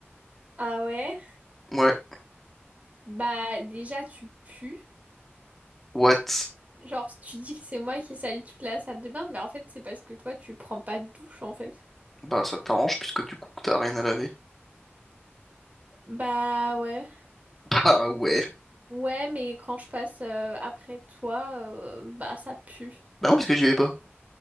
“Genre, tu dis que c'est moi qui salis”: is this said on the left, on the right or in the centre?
Right